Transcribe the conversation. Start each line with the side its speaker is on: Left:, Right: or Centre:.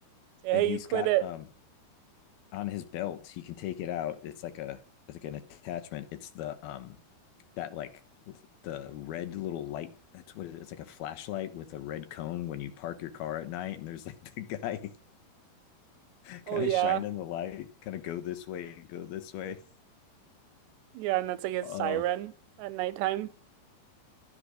Right: Say, hey,
Left: and he's
Right: you quit
Left: got
Right: it.
Left: um on his belt he can take it out it's like a it's like an attachment it's the um that like the red little light that's what it is. it's like a flashlight with a red cone when you park your car at night and there's like <laughs> the guy
Right: Oh
Left: kind
Right: yeah.
Left: of shine in the light, kind of go this way, go this way.
Right: Yeah, and that's like a
Left: Oh,
Right: siren at nighttime.